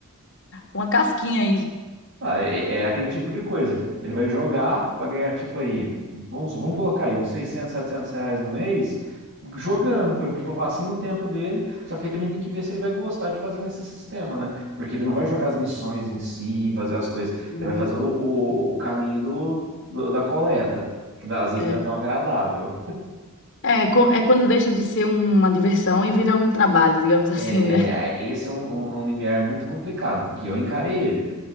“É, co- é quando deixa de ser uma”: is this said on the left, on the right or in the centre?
Left